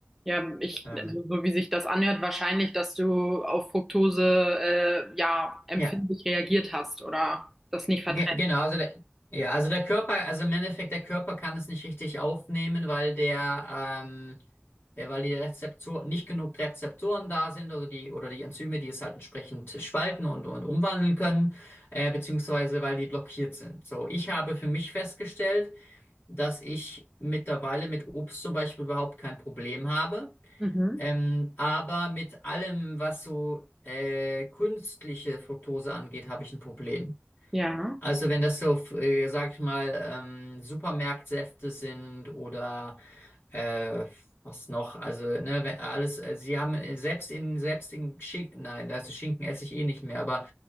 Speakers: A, in the centre; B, on the left.
A: Ja, ich,
B: Ähm,
A: also so wie sich das anhört, wahrscheinlich, dass du auf Fructose äh, ja empfindlich
B: ja,
A: reagiert hast oder das nicht verträgst.
B: Ge genau, also der, ja, also der Körper, also im Endeffekt, der Körper kann es nicht richtig aufnehmen, weil der, ähm, der, weil die Rezeptoren, nicht genug Rezeptoren da sind, also die, oder die Enzyme, die es halt entsprechend spalten und, und umwandeln können, äh, beziehungsweise weil die blockiert sind. So, ich habe für mich festgestellt, dass ich mittlerweile mit Obst zum Beispiel überhaupt kein Problem habe.
A: Mhm.
B: Ähm, aber mit allem, was so äh, künstliche Fructose angeht, habe ich ein Problem.
A: Ja.
B: Also wenn das so, äh, sag ich mal, ähm, Supermarktsäfte sind oder äh, was noch, also ne, wenn alles, äh, sie haben äh, selbst in selbst in Schinken, nein, also Schinken esse ich eh nicht mehr, aber